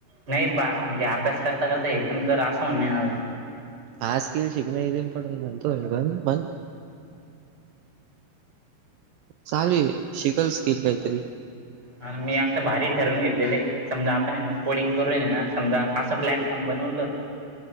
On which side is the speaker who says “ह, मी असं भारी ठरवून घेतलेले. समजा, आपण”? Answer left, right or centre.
Right